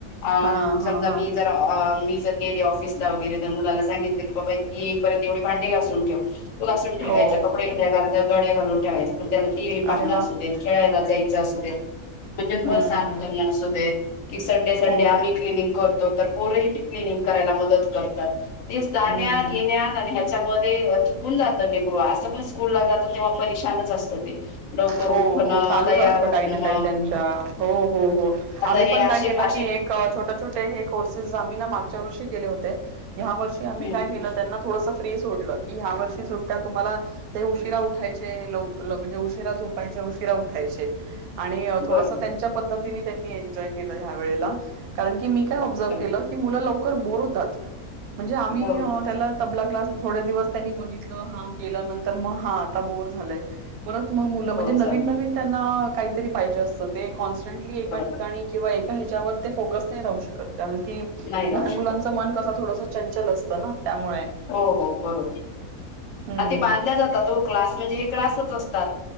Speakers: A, on the left (about 70°); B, on the right (about 80°).
A: अ
B: हा हा
A: समजा
B: हा हा
A: मी जर अ आम्ही गेले ऑफिसला वगैरे तर मुलाला सांगितलं की बाबा येईपर्यंत एवढी भांडी घासून ठेवा तो घासून ठेवायचा
B: हो.
A: कपडे घडया घालून ठेवायचा आवरून ठेवायचा पण त्याला टी व्ही पाहला
B: अरे वा
A: असू देत खेळायला जायच मग असू दे म्हणजे
B: हम्म
A: घर साफ
B: हम्म
A: करण असू देत की संडे संडे
B: हो
A: आम्ही क्लनिंग करतो तर पोर पण क्लिनिंग करायला मदत करतात ते जाण्यात
B: हम्म.
A: येण्यात आणि ह्याच्यामध्ये थकून जातं बी तो असं पण स्कूल ला जातो तेव्हा पररिशानच असतं ते लवकर
B: हो
A: उठणं
B: हो चालूच
A: तयार
B: असत
A: होणं
B: काही ना काही त्यांच्या हो हो हो
A: आता
B: आम्ही
A: हे
B: पण
A: असे
B: काय केलं
A: असे
B: की एक काय छोटे छोट हे कोर्सेस आम्ही त्यांना मागच्या वर्षी केले होते हया वर्षी आम्ही
A: हम्म
B: काय केले त्यांना थोडेसे ते सोडल की ह्या वर्षी सुटया तुम्हाला ते उशिरा उठायचे म्हे उशिरा झोपायचे पहिले उशीरा उठायचे थोडस
A: बरोबर
B: त्यांच्या पद्धतीने मी एन्जॉय केलं ह्या वेळेला कारण की मी काय ऑब्झर्व
A: बरोबर
B: केलं की मुलं लवकर बोअर होतात म्हणजे आम्ही
A: बोर
B: ही
A: होतात
B: त्याला तबला क्लासला थोडे दिवस त्यांनी बघितलं हा केल्यानंतर तर मग हा आता बोअर झालाय परत मग मुलं
A: बोर
B: म्हणजे नवीन
A: झालं
B: नवीन त्यांना काहीतरी पाहिजे असत ते कॉन्सटटली एका
A: बरोबर
B: ठिकाणी किंवा एका ह्याच्यावर ते फोकस नाही राहू शकत कारण की ह
A: नाही राहू
B: लहान
A: शकत
B: मुलांच मन कस थोडस चंचल असतं ना त्यामुळे
A: हो हो बरोबर
B: हम्म
A: आणि ते बांधल्या जातात क्लास म्हणजे हे क्लासच च असतात